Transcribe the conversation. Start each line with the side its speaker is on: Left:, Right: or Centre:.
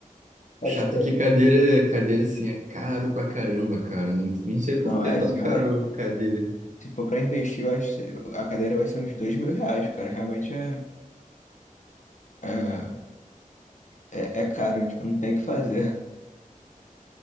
Left: Pode
Right: Chato
Left: ser.
Right: é que cadeira, cadeira assim é caro pra caramba, cara. Não, nem sei
Left: Não,
Right: por que
Left: é,
Right: é tão
Left: assim,
Right: caro
Left: realmente.
Right: cadeira.
Left: Se for pra investir, eu acho que a cadeira vai ser uns dois mil reais, cara. Realmente é, é, é, é caro, tipo, não tem o que fazer.